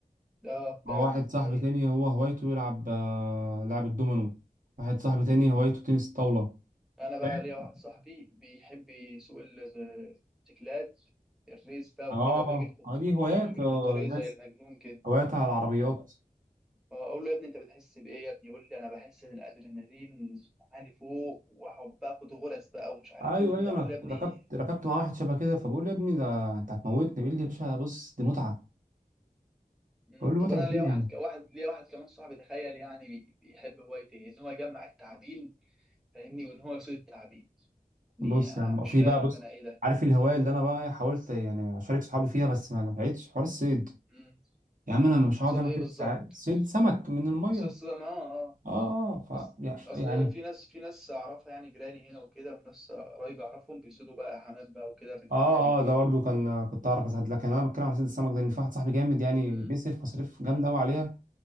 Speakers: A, in the centre; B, on the right.
A: اه
B: هو
A: فعلا
B: واحد
A: دي
B: صاحبي
A: حقيقة
B: تاني هو هوايته يلعب آه، لعب الدومينو واحد صاحبي
A: امم
B: تاني هوايته تنس الطاولة
A: أنا بقى
B: فاهم؟
A: ليا واحد صاحبي بيحب يسوق ال- التكلات الريس بقى
B: اه
A: وكده ويجري في
B: اه دي هوايات
A: ويجري
B: آه،
A: في الطريق
B: الناس
A: زي المجنون كده
B: هواياتها على العربيات
A: اقول له يا ابني انت بتحس بايه يا ابني يقول لي انا بحس ان الادرينالين عالي فوق واقعد بقى اخد غرز بقى ومش عارف
B: ايوه
A: ايه وبتاع
B: ايوه انا
A: اقول له يا ابني
B: ركبت ركبت مع واحد شبه كده فبقول له يا ابني ده انت هتموتني بيقول لي يا باشا بص دي متعة
A: مم،
B: بقول له
A: طب
B: متعة
A: انا ليا
B: ايه
A: واحد
B: يا عم
A: ك- واحد ليا واحد كمان صاحبي تخيل يعني بي- بيحب هوايته إيه؟ ان هو يجمع التعابين فاهمني وان هو يصيد التعابين يعني
B: بص
A: آه،
B: يا عم
A: مش
B: في
A: فاهم
B: بقى بص
A: انا ايه ده
B: عارف الهواية اللي انا بقى حاولت يعني اشارك صحابي فيها بس ما نفعتش حوار الصيد
A: مم،
B: يا عم انا مش هقعد
A: صيد
B: انا
A: ايه بالظبط
B: ست ساعات صيد سمك من المية
A: صيد صيد ما اه اه
B: اه اه
A: اصل
B: ف
A: اصل
B: يعني
A: في ناس في ناس اعرفها يعني جيراني هنا وكده وناس قرايبي اعرفهم بيصيدوا بقى حمام بقى وكده في الفجاري
B: اه
A: وكده
B: اه ده برضو كان كنت اعرف اساعد لكن انا بتكلم على صيد السمك لان في واحد صاحبي جامد يعني
A: مم،
B: بيصرف مصاريف جامده
A: مم،
B: قوي عليها